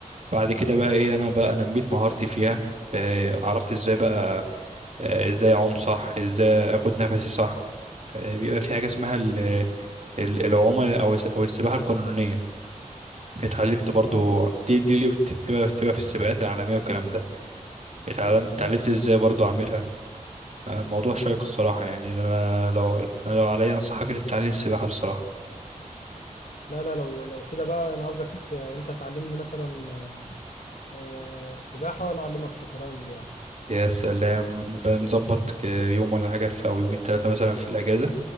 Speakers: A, on the right; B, on the left.
A: بعد كده بقى ايه انا بقى نميت مهارتي فيها إيه عرفت ازاي بقى آه، ازاي اعوم صح ازاي اخد نفسي صح آه، بيبقى في حاجه اسمها ال- ال- العومه او الس- او السباحه القانونيه اتعلمت برضو
B: اه
A: دي دي اللي بتبقى بتبقى في السباقات العالميه والكلام ده اتعلمت اتعلمت
B: مم.
A: ازاي برضو اعملها آه، موضوع شيق الصراحه يعني انا لو انا لو عليا انصحك انك تتعلم السباحه بصراحه
B: لا لا لو لو كده بقى انا عاوزك آه، انت تعلمني مثلا آه، سباحة وانا اعلمك شطرنج يعني
A: يا سلام نبقى نظبط آه، يوم ولا حاجه في او يومين ثلاثه مثلا في الاجازه